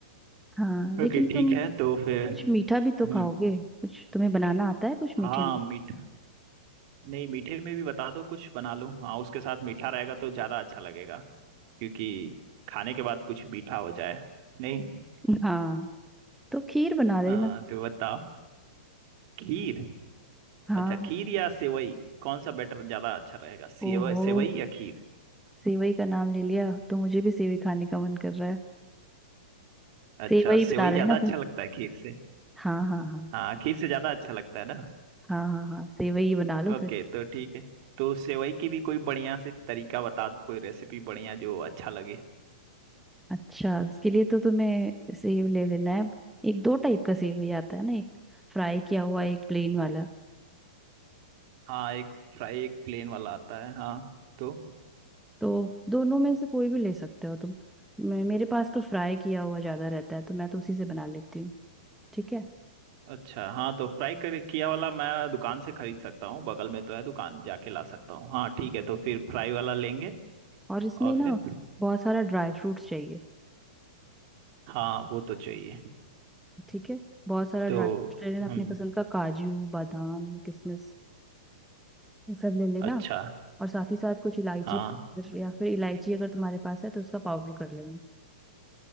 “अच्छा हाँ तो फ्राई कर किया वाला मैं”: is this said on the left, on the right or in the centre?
Right